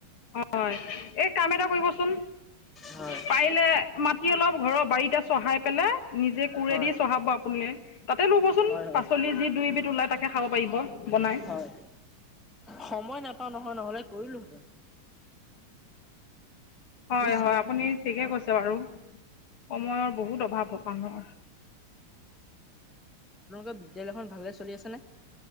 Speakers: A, on the left; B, in the centre.
A: অ', এই কাম এটা কৰিবচোন।
B: হয়
A: পাৰিলে মাটি অলপ ঘৰৰ বাৰীতে চহাই পেলাই নিজে কোৰেদি
B: হয়
A: চহাব আপুনি। তাতে ৰুবচোন
B: হয় হয়
A: পাচলি যি দুই এবিধ ওলায় তাকে খাব পাৰিব বনাই।
B: হয় সময় নাপাওঁ নহয় নহলে কৰিলো হেতেন।
A: হয়,
B: বুজিছে
A: হয়, আপুনি ঠিকে কৈছে বাৰু সময়ৰ বহুত অভাৱ মানুহৰ।
B: আপোনালোকৰ বিদ্যালয়খন ভালে চলি আছেনে?